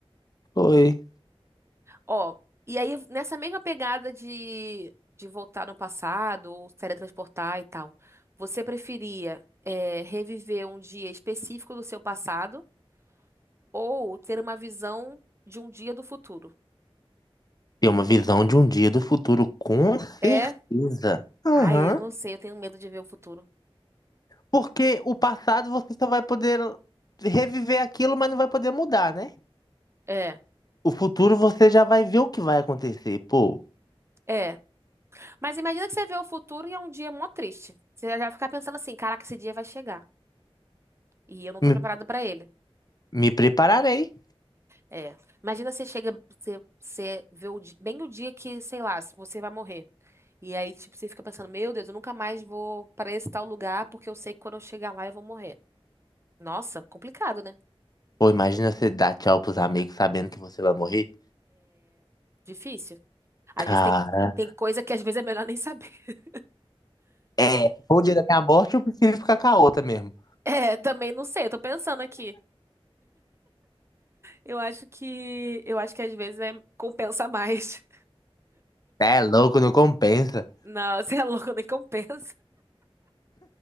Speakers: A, on the left; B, on the right.
A: Foi.
B: Ó, e aí nessa mesma pegada de, de voltar no passado ou se teletransportar e tal, você preferia é, reviver um dia específico do seu passado ou ter uma visão de um dia do futuro?
A: Tem uma visão de um dia do futuro, com certeza.
B: É?
A: Aham.
B: Ai, eu não sei, eu tenho medo de ver o futuro.
A: Porque o passado você só vai poder reviver aquilo, mas não vai poder mudar, né?
B: É,
A: O futuro você já vai ver o que vai acontecer. Pô,
B: é. Mas imagina que você vê o futuro e é um dia mó triste. Você já fica pensando assim, caraca, esse dia vai chegar. E eu não tô
A: me,
B: preparada pra ele.
A: me prepararei.
B: É. Imagina você chega, você, você vê o, di- bem o dia que, sei lá, você vai morrer. E aí, tipo, você fica pensando, meu Deus, eu nunca mais vou para esse tal lugar porque eu sei que quando eu chegar lá eu vou morrer. Nossa, complicado, né?
A: Pô, imagina você dar tchau pros amigos sabendo que você vai morrer.
B: Difícil. Às
A: Cara,
B: vezes tem, tem coisa que às vezes é melhor nem saber. <laughs>
A: é, se o dia da minha morte, eu prefiro ficar com a outra mesmo.
B: É, também não sei, eu tô pensando aqui. Eu acho que, eu acho que às vezes é, compensa mais. <laughs>
A: É louco, não compensa.
B: Não, você é louco, nem compensa.